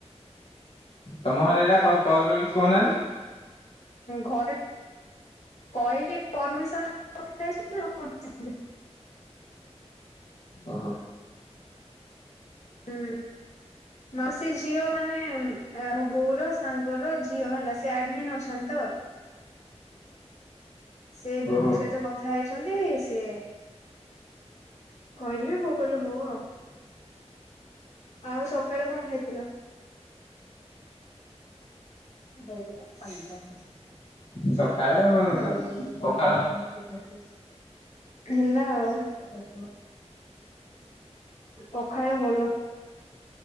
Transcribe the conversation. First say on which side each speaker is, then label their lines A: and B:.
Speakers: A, on the left (about 60°); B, on the left (about 80°).
A: ତମ ହରେରା କ କଲ୍ କଲେ କିଛି କହୁନାହାନ୍ତି।
B: ଘରେ କହିକି ପରମିନ <inaudible>
A: ଓ ହୋ।
B: ହୁଁ ମାଉସ ଝିଅ ମାନେ ମୋ ବୋଉର ସାଙ୍ଗର ଝିଅ ହେଲା ସେ ଆଡମ ଅଛଛନ୍ତି ତ। ସେ ବୋଉ
A: ଓହୋ
B: ସହିତ କଥା ହେଇଛି। ସ କହିଲେ ଭୋ କହିଲୁ ହଉ ଆଉ ଆଉ ସକାଳେ କଣ ଖାଇଥିଲ? <inaudible>
A: ସକାଳେ
B: ନା
A: ପଖାଳ
B: ଆଉ। ପଖାଳ ଭଲ।